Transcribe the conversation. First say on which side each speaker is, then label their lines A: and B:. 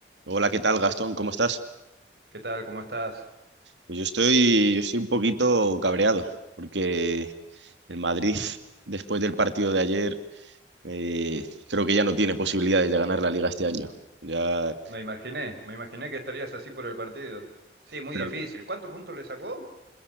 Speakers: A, on the right; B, on the right.
A: Hola, ¿qué tal, Gastón? ¿Cómo estás?
B: ¿Qué tal? ¿Cómo estás?
A: Pues yo estoy, yo estoy un poquito cabreado porque el Madrid, después del partido de ayer, eh, creo que ya no tiene posibilidades de ganar la Liga este año. Ya
B: Me imaginé, me imaginé que estarías así por el partido. Sí, muy
A: Pero,
B: difícil. ¿Cuántos puntos le sacó?